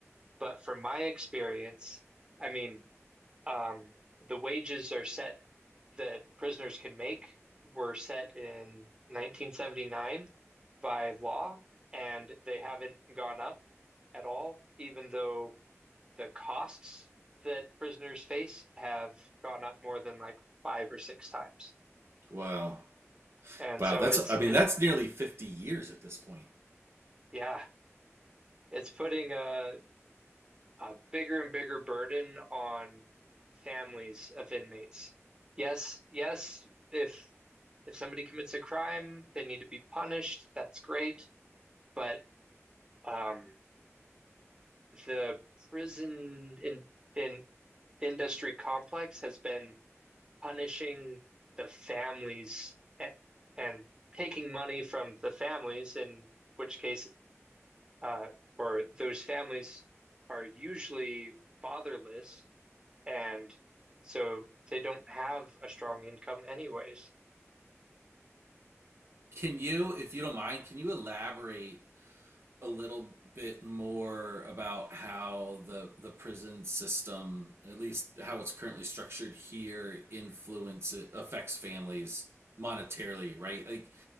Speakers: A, on the right; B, on the right.
A: but from my experience, I mean, um, the wages are set that prisoners can make were set in 1979 by law, and they haven't gone up at all, even though the costs that prisoners face have gone up more than like five or six times.
B: Wow.
A: And
B: Wow.
A: so
B: That's,
A: it's
B: I mean,
A: it's
B: that's nearly 50 years at this point.
A: yeah, it's putting a a bigger and bigger burden on families of inmates. Yes, yes, if if somebody commits a crime, they need to be punished. That's great, but Um, the prison in in industry complex has been punishing the families and, and taking money from the families, in which case, uh, or those families are usually fatherless, and so they don't have a strong income anyways.
B: Can you, if you don't mind, can you elaborate a little bit more about how the the prison system, at least how it's currently structured here, influences affects families monetarily, right? Like,